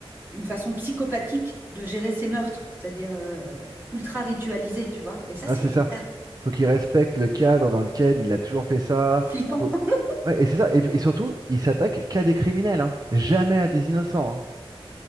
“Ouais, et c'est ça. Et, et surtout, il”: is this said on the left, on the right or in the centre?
Right